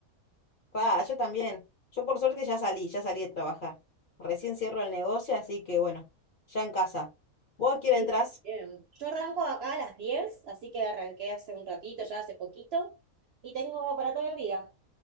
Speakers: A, on the left; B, on the right.
A: Pa, yo también. Yo por suerte ya salí, ya salí de trabajar. Recién cierro el negocio, así que bueno, ya en casa. ¿Vos a qué hora
B: Sí.
A: entrás?
B: Bien. Yo arranco acá a las 10, así que arranqué hace un ratito, ya hace poquito, y tengo para todo el día.